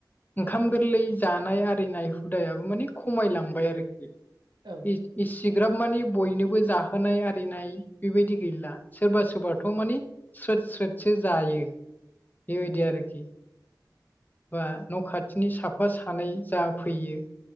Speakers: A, on the left; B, on the right.
A: ओंखाम
B: उम
A: गोरलै जानाय आरिनाय हुदायाबो माने खमायलांबाय आरोखि।
B: औ।
A: इसिग्राब माने बयनोबो जाहोनाय आरिनाय बेबायदि गैला। सोरबा सोरबाथ' मानिे स्रोद स्रोदसो जायो। बेबायदि
B: उम उम
A: आरोखि। बा न' खाथिनि साफा सानै जाफैयो।